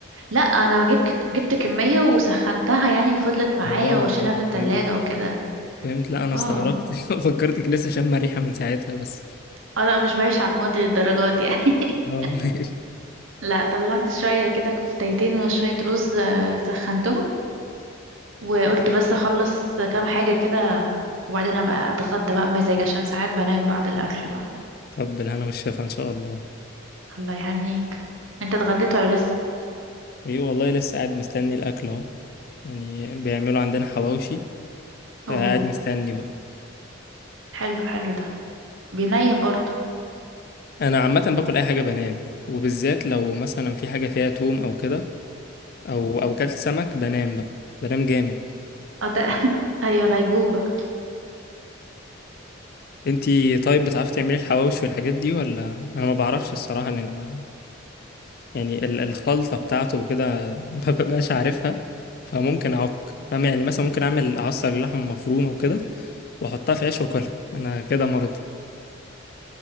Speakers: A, on the right; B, on the left.
A: لا انا جبت جبت كمية وسخنتها يعني وفضلت معايا
B: اه
A: واشيلها
B: اه
A: في التلاجة
B: فهمت
A: وكده
B: فهمت لا أنا استغربت
A: اه
B: <laughs> فكرتك لسه شامة ريحة من ساعتها بس
A: اه لا مش بعيش على الماضي للدرجات دي يعني <laughs>
B: اه <laughs>
A: لا طلعت شوية كده كفتيتين وشوية رز آه، سخنتهم وقلت بس اخلص كام حاجة كده وبعدين ابقى اتغدى بقى بمزاج عشان ساعات بنام بعد الاكل بقى
B: طب بالهنا والشفا إن شاء الله
A: الله يهنيك انت اتغديت ولا لسه
B: ايه والله لسه قاعد مستني الأكل أهو يعني بيعملوا عندنا حواوشي فقاعد
A: اوه
B: مستني بقى
A: حلو حلو ده بينيم برضه
B: أنا عامة باكل أي حاجة بنام وبالذات لو مثلا في حاجة فيها توم أو كده أو أو كلت سمك بنام بقى بنام جامد
A: اه ده <laughs> ايوه غيبوبة
B: انتي طيب بتعرفي تعملي الحواوشي والحاجات دي ولا انا ما بعرفش الصراحه ان انا ما يعني ال- الخلطه بتاعته وكده <laughs> ما ببقاش عارفها فممكن اعك فاهم يعني مثلا ممكن اعمل اعصر لحمه مفرومه وكده واحطها في عيش واكلها انا كده مرضي